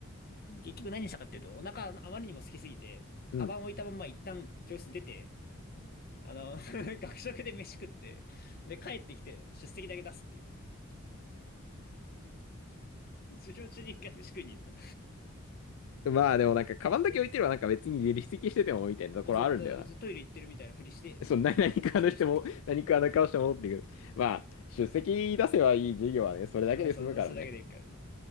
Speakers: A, on the left; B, on the left.
A: 結局何したかっていうと、お腹あまりにも空きすぎて、
B: うん。
A: カバン置いたまま一旦教室出て、あの、<laughs> 学食で飯食って、で、帰ってきて出席だけ出すっていう。授業中に一回飯食いに行った。
B: まあでもなんか、カバンだけ置いてればなんか別に離席しててもみたいなところあるんだよな。
A: あ、そう、だから別にトイレ行ってるみたいなふりして、
B: その <laughs> 何、何かのしても、
A: 飯食いに行った。
B: <laughs> 何かの顔して戻ってくる。まあ、出席出せばいい授業はね、それだけで済むからね。
A: <laughs> まあ、そう、それだけでいいからね。